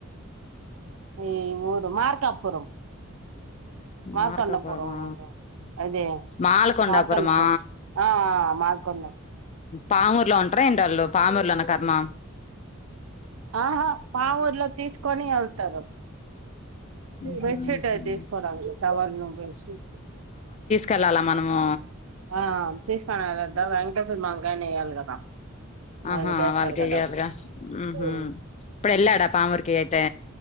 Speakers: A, on the right; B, on the left.
A: ఈ ఊరు మార్కాపురం మార్కొండాపురం.
B: మార్కాపురమా
A: అదే
B: మాల్కొండాపురమా
A: మార్కొండపురం ఆ ఆ మార్కొండా.
B: పామూర్లో ఉంటరా ఏంటి ఆళ్ళు పామూరులోనా కర్మా.
A: ఆహా పామూర్ర్లో తీసుకొని ఎళ్తారు.
B: ఉమ్
A: బెడ్షీట్ అయి తీసుకోవడానికి టవళ్ళు బెడ్షీట్లు.
B: కెళ్ళాలా మనమూ
A: ఆ తీస్కోనెళ్ళద్దా వెంకటేశర్వ మావయ్యగ్ గాని ఎయ్యాలి గదా. మనోళ్ళకేసారుగా
B: ఆహా వాళ్ళకి వెయ్యాలిగా
A: డబ్బులతో
B: ఉహు
A: ఊ
B: ఇప్పుడు ఎళ్ళాడా పాముర్కి అయితే.